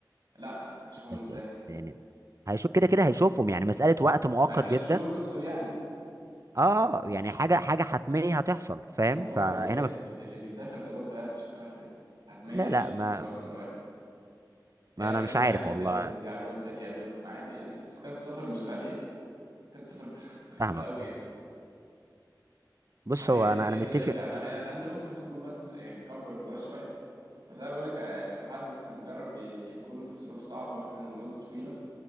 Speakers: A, on the right (about 65°); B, on the right (about 45°).
A: لا هشوفهم
B: بس
A: إزاي
B: يعني هيشوف كده كده هيشوفهم يعني مسألة وقت مؤقت
A: بعد ثلاث
B: جدا
A: شهور تقصد يعني
B: اه يعني حاجة حاجة حتمية هتحصل فاهم
A: طب ما هو برضه
B: فهنا
A: آه،
B: ما في...
A: اللي بيسافر ده برضه هيعرف يشوف أهله يعني حتمية
B: لا لا
A: هيشوفهم
B: ما,
A: في وقت من الأوقات يعرف
B: ما انا مش
A: يرجع
B: عارف
A: عادي يسافر
B: والله
A: يرجع لهم تاني يقابلهم عادي يعني أصل تذكرة السفر مش غالية تذكرة السفر بس- <laughs> رخيصة
B: فاهمك
A: قوي يعني
B: بص
A: فهيقدر
B: هو انا
A: يقدر
B: انا متفق
A: يرجع انا أنا- انت بص ممكن تكون بس يعني مكبر الموضوع شوية بس انا بقول لك لك حد مثلا جرب ي- يكون في ظروف صعبة مثلا لمدة طويلة